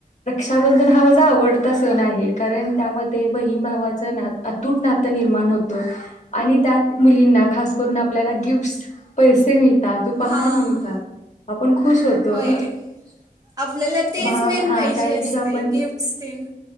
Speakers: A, on the left; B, on the right.
A: रक्षाबंधन हा माझा आवडता सण आहे. कारण त्यामध्ये बहिण भावाचं ना अतूट नातं निर्माण होतं आणि त्यात मुलींना खास करून आपल्याला गिफ्टस पैसे मिळ- - तात. उपहार
B: हां
A: मिळतात. खुश होतो
B: होय. आपल्याला तेच
A: भा
B: मेन
A: हा
B: पाहिजे
A: त्या दिवशी
B: असतयं.
A: आपण
B: गिफ्टस तेन.